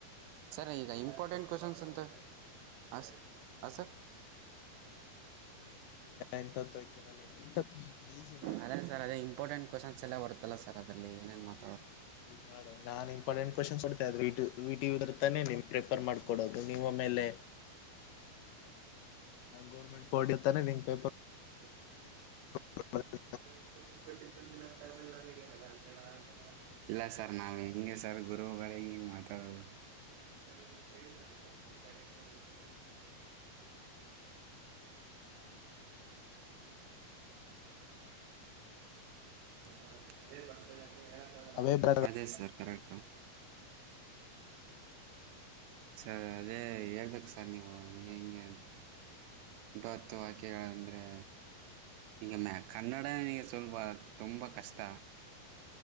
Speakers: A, on the right; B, on the left.
A: ಸರ್ ಈಗ ಐ ಇಂಪಾರ್ಟೆಂಟ್ ಕ್ಯೂಸ್ಷನ್ಸ್ ಅಂತೇ ಆಸ ಆ ಸರ್.
B: ಎಂಟ ಹತ್ತ ವಾಕ್ಯದಲ್ಲಿ ಎಂಟ್ ಹತ್ತ ಈಜಿ
A: ಅದೇ ಸರ್ ಅದೇ ಇಂಪಾರ್ಟೆಟ್ ಕ್ಯೂಸ್ಷನ್ಸ್ ಎಲ್ಲ ಬರುತ್ತಲ್ಲ ಸ ಅದಲ್ಲಿ ನೇನ್ ಮಾತ
B: ಈಗ ನೋಡ ನಾನ್ ಇಂಪಾರ್ಟೆಂಟ್ ಕ್ವಶನ್ ಹೋಡ್ತಾ ಇದ್ರ ವಟ ಇದರ ನಿ ಫಾರ್ ಮಾಡಕೊಡದು ನಿಮ್ಮ ಮೇಲೆ ಗೌರ್ಮೆಂಟ್ ಪೋಡ್ ನತಾನೇ ನೀ ಪೇಪರ್
A: <unintelligible>
B: <unintelligible>
A: <unintelligible> ಇಲ್ಲ ಸರ್ ನಾವ್ ಹೆ ಸರ್ ಗುರುಗಳಿಗೆ ಹಿಂಗ ಮಾತಾಡೋದು. <unintelligible> <unintelligible> <unintelligible> <unintelligible>
B: ಅವೇ ಬರ
A: ಅದೇ ಸರ್ ಕರೆಕ್ಟ್ ಸ ಅದೇ ಹೇಳ್ಬೇಕ ಸರ್ ನೀವು ಹಂ ಹೆಂಗೆ ಅಂತ. ಬತ್ತು ವಾಕ್ಯಗಳಂದ್ರೆ ಈಗ ಮ ಕನ್ನಡನೇ ಸ್ವಲ್ಪ ತುಂಬಾ ಕಷ್ಟ.